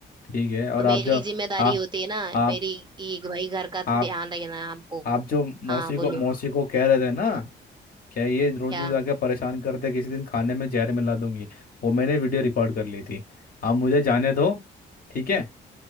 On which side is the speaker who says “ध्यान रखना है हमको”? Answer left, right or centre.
Right